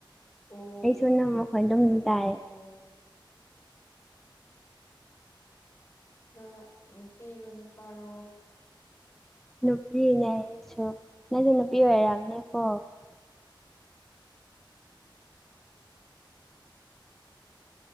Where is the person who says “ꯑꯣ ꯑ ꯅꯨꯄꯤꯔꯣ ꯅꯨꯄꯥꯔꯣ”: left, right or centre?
Left